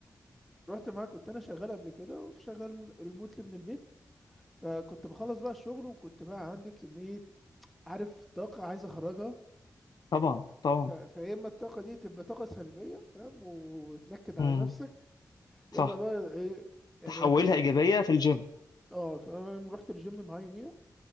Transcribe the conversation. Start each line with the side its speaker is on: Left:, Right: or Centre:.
Centre: رحت معاه كنت انا شغال قبل كده وشغال ريموتلي من البيت فكنت بخلص بقى الشغل وكنت بقى عندي كمية عارف طاقة عايز اخرجها
Left: طبعا طبعا
Centre: ف... فيا اما الطاقة دي تبقى طاقة سلبية فاهم وتنكد
Left: امم
Centre: على نفسك يا
Left: صح
Centre: اما بقى ايه يعني
Left: تحولها
Centre: كنت في-
Left: ايجابيه في الجيم
Centre: اه فانا رحت الجيم معاه يوميها